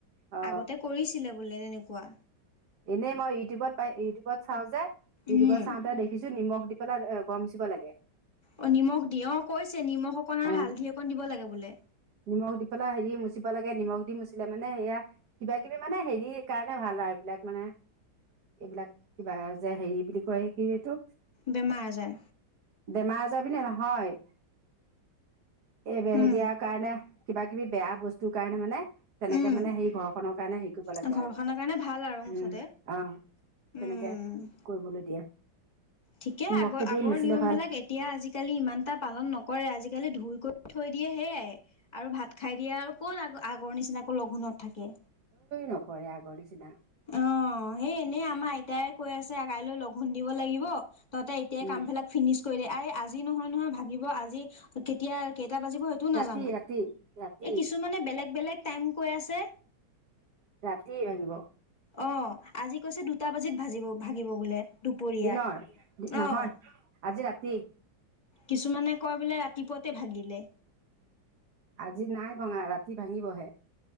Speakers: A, on the right (about 55°); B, on the left (about 20°).
A: অ
B: আগতে কৰিছিলে বোলে তেনেকুৱা
A: এনেই মই ইউটিউবত পাই ইউটিউবত চাওঁ যে ইউটিউবত
B: উম
A: চাওঁতে দেখিছো নিমখ দি পেলাই ঘৰ মুচিব লাগে
B: অ নিমখ দি অ কৈছে নিমখ অকণ আৰু
A: অ
B: হালধি অকণ দিব লাগে বোলে
A: নিমখ দি পেলাই হেৰি মুচিব লাগে নিমখ দি মুচিলে মানে সেয়া কিবা কিবি মানে হেৰিৰ কাৰণে ভাল আৰু এইবিলাক মানে এইবিলাক কিবা যে হেৰি বুলি কয় কি এইটো
B: বেমাৰ আজাৰ
A: বেমাৰ আজাৰ বুলি নহয় এই
B: উম
A: হেৰিৰ কাৰণে কিবা কিবি বেয়া বস্তুৰ কাৰণে মানে তেনেকে
B: উম
A: মানে সেই ঘৰখনৰ কাৰণে সেইকৰিব লাগে
B: ঘৰখনৰ
A: আৰু
B: কাৰণে ভাল আৰু মুঠতে
A: উম আহ
B: উম
A: তেনেকে কৰিবলৈ দিয়ে
B: ঠিকে
A: নিমখটো
B: আগ আগৰ
A: দি মুচিলে
B: নিয়ম
A: ভাল
B: বিলাক এতিয়া আজিকালি ইমান এটা পালন নকৰে আজিকালি ধুইকৈ থৈ দিয়ে সেয়াই আৰু ভাত খাই দিয়ে আৰু কত আগ আগৰ নিচিনাকৈ লঘোণত থাকে
A: নকৰে আগৰ নিচিনা
B: অ সেই এনেই আমাৰ আইতাই কৈ আছে কাইলৈ লগঘোণ দিব লাগিব তহঁতে এতিয়াই
A: উম
B: কামবিলাক ফিনিছ কৰি দে। আৰে আজি নহয় নহয় ভাগিব আজি কেতিয়া কেইটা বাজিব সেইটো
A: ৰাতি
B: নাজান?
A: ৰাতি ৰাতি
B: কিছুমানে বেলেগ বেলেগ টাইম কৈ আছে।
A: ৰাতি ভাঙিব।
B: অ আজি কৈছে দুটা বাজিত ভাজিব ভাগিব বোলে। দুপৰীয়া
A: দিনৰ নহয়
B: অ
A: আজি ৰাতি
B: কিছুমানে কয় বোলে ৰাতিপুৱাতে ভাগিলে
A: আজি নাই ভঙা ৰাতি ভাঙিবহে।